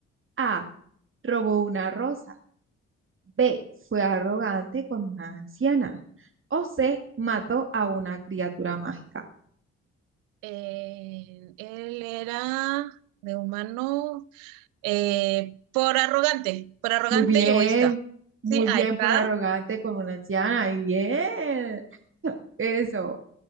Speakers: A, on the right (about 35°); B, on the right (about 70°).
A: A. Robó una rosa. B. Fue arrogante con una anciana. O C. Mató a una criatura mágica.
B: Eh, él era de humano eh, por arrogante, por arrogante
A: Muy bien,
B: y egoísta.
A: muy
B: Sí,
A: bien
B: ahí está.
A: por arrogante con una anciana. Y bien. <laughs> Eso,